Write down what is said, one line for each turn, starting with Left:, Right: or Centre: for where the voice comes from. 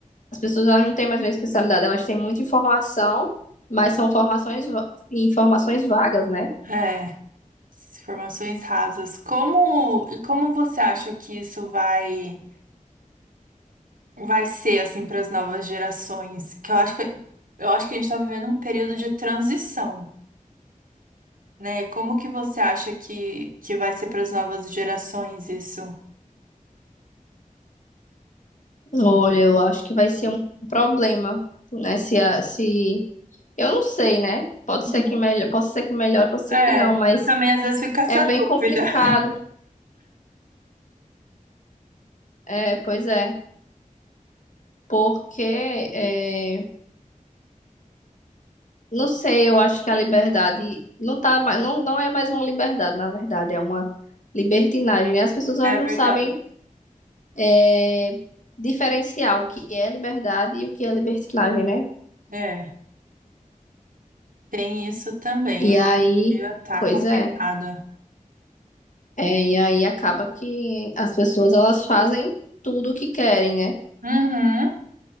Left: As pessoas elas não têm mais uma especialidade, elas têm muita informação, mas são formações, va- informações vagas, né?
Right: é. Informações rasas. Como, e como você acha que isso vai vai ser assim para as novas gerações? Que eu acho que eu acho que a gente está vivendo um período de transição. né? Como que você acha que, que vai ser para as novas gerações isso?
Left: Olha, eu acho que vai ser um problema, né? Se, a- se Eu não sei, né? Pode
Right: Uhum.
Left: ser que melhor, pode ser que melhor, pode ser
Right: É,
Left: que não, mas
Right: eu também às vezes fico com essa
Left: é bem
Right: dúvida.
Left: complicado.
Right: <laughs>
Left: É, pois é, porque é, não sei, eu acho que a liberdade não tá, ma- não, não é mais uma liberdade, na verdade, é uma libertinagem, né? As pessoas elas
Right: É
Left: não
Right: verdade.
Left: sabem é, diferenciar o que é liberdade e o que é libertinagem, né?
Right: É, tem isso também.
Left: E
Right: Hoje
Left: aí,
Right: em dia tá
Left: pois
Right: complicado.
Left: é, é, e aí acaba que as pessoas elas fazem tudo o que querem, né?
Right: Uhum.